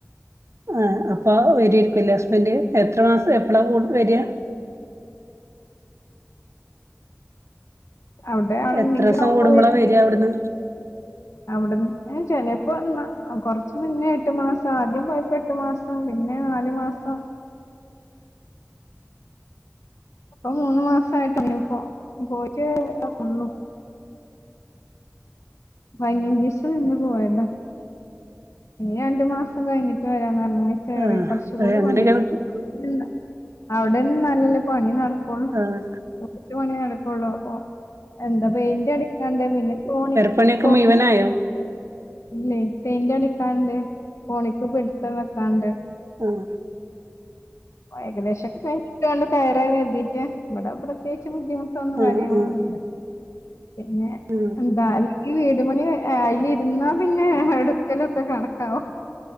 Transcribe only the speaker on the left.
അവ്ടെ ആള്ണ്ടെങ്കി
ആവുമ്പം
വരും
പിന്നെ.
അവിട്ന്ന് എഹ് ചെലേപ്പന്നാ കൊറ്ച്ച് മുന്നേ എ ട്ട് മാസം ആദ്യം പോയപ്പോ എട്ടു മാസം പിന്നെ നാല് മാസം ഇപ്പൊ മൂന്ന് മാസയിട്ടൊള്ളുപ്പം പോയിട്ടെ ഒള്ളൂ. പയ്നഞ്ചീസം നിന്ന് പോയതാ. ഇനി രണ്ടു മാസം കഴിഞ്ഞിട്ട് വരാന്ന് പർഞ്.
കേറെ കൊറ്ച്ചു
കൂടി
പണിണ്ട്.
<unintelligible> അവ്ടെ നിന്നാല്ലല്ലേ പണി നടക്കൊള്ളു.
ഇവെട്ത്തെ പണി നടക്കൊള്ളൂ അപ്പൊ. എന്താ പെയിന്റടിക്കാണ്ട് പിന്നെ കോണി
കോണി
ഇല്ലേ പെയിന്റടിക്കാണ്ട്, കോണിക്ക് പിടിത്തം വെക്കാണ്ട്.
ഇപ്പ ഏകദേശൊക്കെ കഴിഞ്ഞിട്ടാണ്ട് കയറാ കര്തീട്ട്. ഇവടെ പ്രത്യേച്ച് ബുദ്ധിമു ട്ടൊന്നു കാര്യങ്ങളൊന്നുല്ല.
പിന്നെ
എന്താ അല്ലെങ്കി വീടു പണി എ ആ അയിലിരുന്നാ പിന്നെ എടുക്കലൊക്കെ കണക്കാവും.